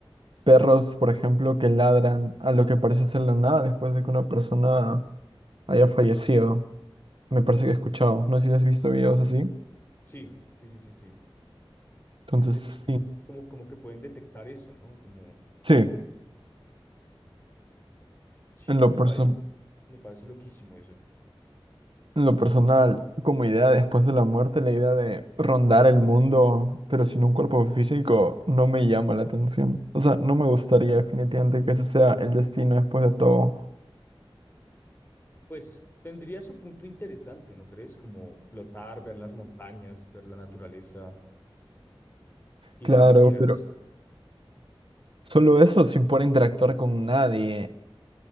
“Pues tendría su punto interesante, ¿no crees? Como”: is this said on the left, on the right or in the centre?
Left